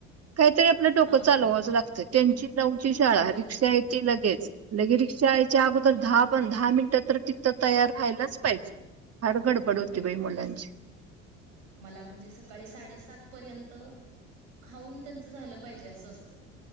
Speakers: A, on the right; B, on the right.
A: काहीतरी आपलं डोकं
B: हा
A: चालवाचं
B: हा हा हा
A: लागतं त्यांची नावची शाळा
B: हो
A: रिक्षा
B: तर काय
A: आहे ती लगेच लगे रिक्षा यायच्या अगोदर दहा पण दहा मिनिटं तर तिकथं तयार रा्हायलाच पाहिजे. हडगड
B: हो
A: पड
B: मग
A: उत
B: काय
A: पई
B: तर
A: मुलाच.
B: तसच आहे मला म्हणजे सकाळी साडेसात पर्यंत खाऊन त्यांच झालं पाहिजे असं असत.